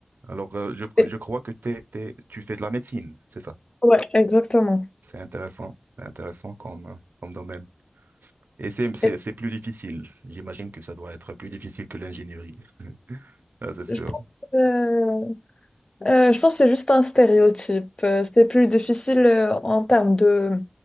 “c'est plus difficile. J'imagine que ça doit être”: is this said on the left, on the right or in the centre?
Right